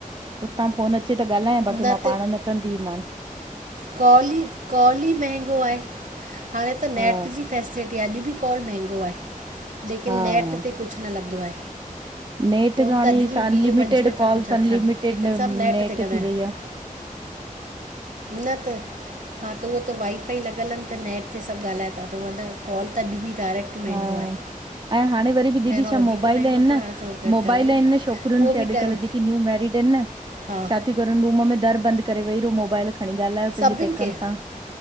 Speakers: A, on the right; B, on the right.
A: उतां फोन अचे त ॻाल्हायां
B: न
A: बाक़ी मां पाण न कंदीहीमान।
B: कॉल ई कॉल ई महंगो आहे हाणे त नेट
A: हा
B: जी फैसिलिटी टी अॼु बि कॉल महंगो आहे लेकिन
A: हा
B: नेट ते कुछ न लॻंदो आहे।
A: नेट
B: फ़ोन
A: जो हाणे
B: त अॼु बि
A: छा
B: वीह
A: अनलिमिटेड
B: पंजवीह रुपया
A: कॉल्स
B: कुझु अथनि
A: अनलिमिटेड
B: लेकिन
A: नेट
B: सभु ते ॻाल्हाइण
A: थी वेई आ।
B: न त हा त उहो त वाई फाई लॻलनि त नेट ते सब ॻाल्हाए था तञ कॉल त अॼु बि डायरेक्ट टी महांगो
A: हा
B: आहे।
A: ऐं हाणे वरी दीदी
B: पहिरों
A: छा
B: वधीक
A: मोबाइल
B: महांगो
A: आहिन
B: हूंदो
A: न
B: हाणे थोरो घटि
A: मोबाइल
B: आहे उहो ई
A: आहिन न छोकरियुनि
B: उहो
A: खे
B: बि
A: अॼुकल्ह
B: टाइम
A: जेके न्यू मेरिड आहिन न
B: हा।
A: <unintelligible> रूम में दर बंदि करे वेही रहो मोबाइल खणी ॻाल्हायो पंहिंजे
B: सभिनि
A: पैकनि
B: खे
A: सां